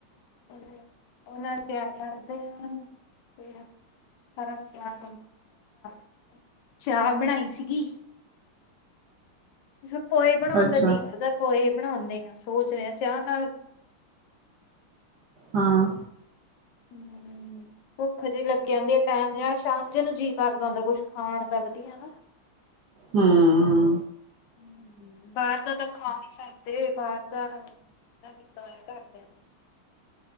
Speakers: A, on the left; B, on the right.
A: ਉਹਨਾਂ -ਉਹਨਾਂ ਨੂੰ <inaudible> ਪਿਆਰ ਕਰਦੇ ਆ ਫਿਰ? ਸਾਰਾ ਸਿਆਲ <inaudible> ਚਾਹ ਬਣਾਈ ਸੀਗੀ। ਅਛਾ ਪੋਏ ਬਣਾਉਣ
B: ਅੱਛਾ
A: ਦਾ ਜੀਅ ਕਰਦਾ ਪੋਏ ਬਣਾਉਂਦੇ ਆਾਂ ਸੋਚ ਰਏ ਆਂ ਚਾਹ ਨਾਲ।
B: ਹਾਂ।
A: ਹੂੰ। ਹੂੰ, ਭੁੱਖ ਜਿਹੀ ਲੱਗ ਜਾਂਦੀ ਆ ਟਾਈਮ ਜਾਂ ਸ਼ਾਮ ਜਿ ਨੂੰ ਜੀਅ ਕਰਦਾ ਹੁੰਦਾ ਕੁਛ ਖਾਣ ਦਾ ਵਧੀਆ ਹੈਨਾ।
B: ਹੂੰ
A: ਹੂੰ, ਬਾਹਰ ਦਾ ਤਾਂ ਖਾ ਨਹੀਂ ਸਕਦੇ ਬਾਹਰ। ਦਾ ਮਨਾ ਕੀਤਾ ਹੋਇਆ ਘਰਦਿਆਂ ਨੇ।